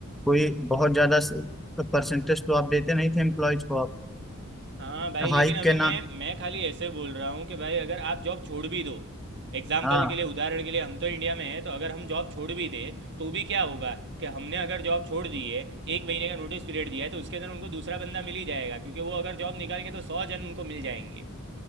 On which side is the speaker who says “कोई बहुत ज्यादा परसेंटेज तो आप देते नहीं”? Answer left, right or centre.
Centre